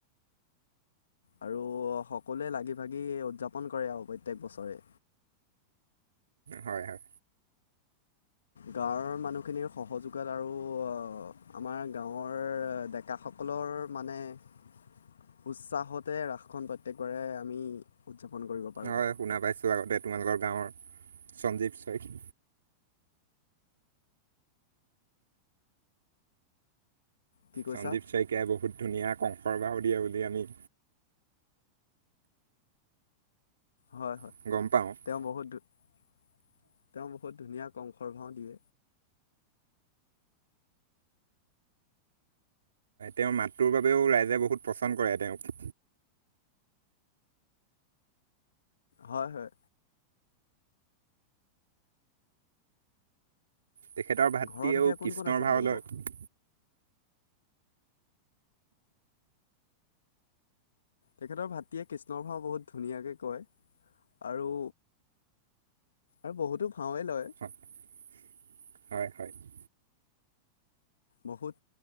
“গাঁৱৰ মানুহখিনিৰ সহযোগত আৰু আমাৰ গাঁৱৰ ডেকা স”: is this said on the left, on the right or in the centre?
Left